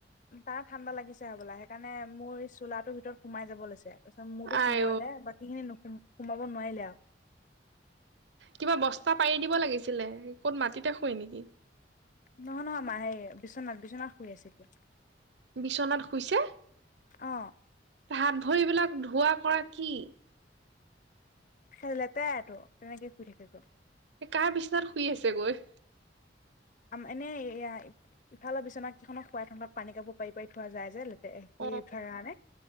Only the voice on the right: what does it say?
আই অ
কিবা বস্তা পাৰি দিব লাগিছিলে। ক'ত মাটিতে শুৱে নেকি?
বিচনাত শুইছে?
তাহাত ভৰিবিলাক ধোৱা কৰা কি?
কাৰ বিচনাত শুই আছে গৈ?
অ